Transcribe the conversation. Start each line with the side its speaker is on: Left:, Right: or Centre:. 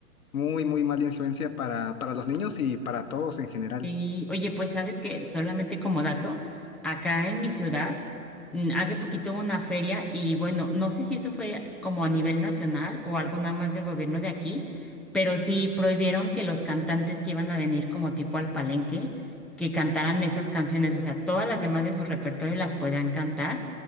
Left: muy, muy mala influencia para, para los niños y para todos en general.
Centre: Y oye, pues sabes que solamente como dato, acá en mi ciudad, mm, hace poquito hubo una feria y bueno, no sé si eso fue como a nivel nacional o algo nada más del gobierno de aquí, pero sí prohibieron que los cantantes que iban a venir como tipo al palenque, que cantaran esas canciones, o sea, todas las demás de su repertorio las podían cantar,